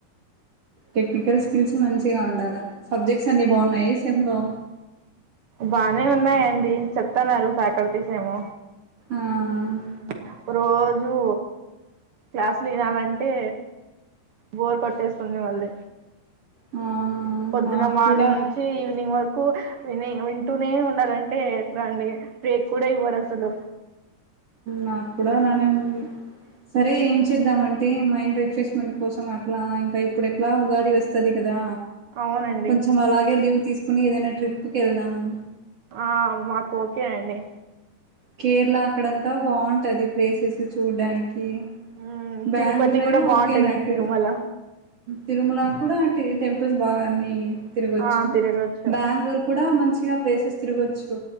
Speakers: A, on the right; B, on the right.
A: టెక్నికల్ స్కిల్స్ మంచిగా ఉండాల్ సబ్జెక్ట్స్ అన్ని బాగున్నాయ ఈ సెమ్లో.
B: బానే ఉన్నాయండి చెప్తానారు ఫ్యాకల్టీస్ ఏమో.
A: ఆ
B: హ్మ్ రోజ్ జూ. క్లాసులు ఇనాలంటే బోర్ కొట్టేస్తుంది మళ్ళీ.
A: ఆ
B: పొద్దున
A: నాకు
B: మార్నింగ్
A: కూడా
B: నుంచీ ఈవినింగ్ వరకూ విని వింటూనే ఉండాలం టే ఎట్లా అండి. బ్రేక్ కూడా ఇవ్వరు అసలు.
A: నాకు కూడా అలానే ఉంది. సరే ఏం చేద్దాము అంటే మైండ్ ప్రిప్ రిఫ్రెష్మెంట్ కోసం అట్లా, ఇంకా ఇప్పుడు ఎట్లా ఉగాది వస్తది కదా.
B: అవునండి
A: కొంచెం అలాగే లీవు తీస్ కొనీ ఏదైనా ట్రిప్పు కెళ్దాము.
B: ఆ మాకు ఓకే అండి.
A: కేరళ అక్కడంతా. బాగుంటది ప్లేసెస్ చూడ్డానికి.
B: మ్,
A: బెంగళూరు
B: తిరుపతి
A: అయినా
B: కూడా బాగుంటుంది
A: ఓకే నాకు
B: తిరుమల
A: తిరుమల కూడా. ఈ టెంపుల్స్ బాగా అన్ని. తినవచ్చు
B: ఆ తిరగచ్చు
A: బెంగుళూరు కూడా మంచి. ఇగా ప్లేసెస్ తిరగవచ్చు.